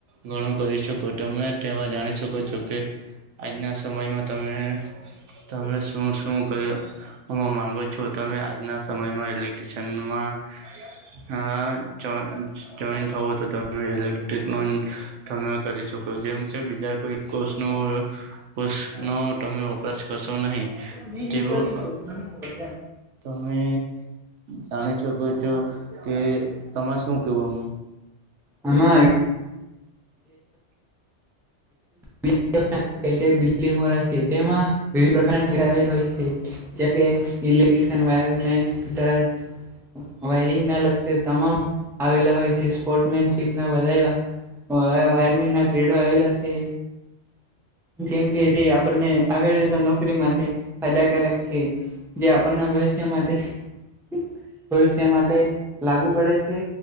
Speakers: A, on the right (about 80°); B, in the centre.
A: ઘણું કરી શકો તમે તેમાં જાણી શકો કો છો કે આજના સમયમાં તમે તમે શું શું કર્યું માંગો જો તમે આજના સમયમાં ઇલેક્ટ્રિશયનમાં હા જોઈન્ટ હોવ તો તમે ઇલેક્ટ્રિક નો કરી શકો જેમ કે બીજા કોઈ કોષ ન કોષ નો તમે વપરાશ કરશો નહીં
B: ન
A: તેવું
B: ની કઈ કરો મ ખબર છેમ
A: તમે જાણી શકો છો કે તમારે શું કેવું આમ
B: આમાં બિલ્ડંગ છે તેમાં વિવિધ પ્રકારના ટ્રાવલ હોય છે જે કે ઇલેક્ટ્રસન વયરમેન્ટ ફીટર વાયરિંગ ના લગ તમામ આવેલા હોય છે સ્પોર્ટમેનશીપ ના વધારે વાયરમિન ના થ્રેડો આવેલા છે જેમ કે તે આપણને આગળ જતા નોકરી માટે ફાયદાકારક છે જે આપણને હો છે માટે તે ભવિષ્ય માટે લાગુ પડે છે